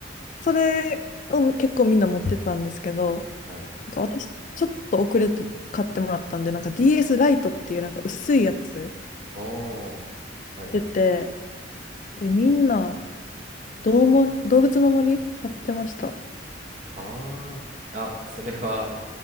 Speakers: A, on the left; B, on the right.
A: それを結構みんな持ってたんですけど、
B: はい。
A: なんか私、ちょっと遅れて買ってもらったんで、なんか DS ライトっていうなんか薄いやつ
B: おー、はいはい。
A: 出て、で、みんな、どうも、動物の森やってました。
B: ああ、あ、それは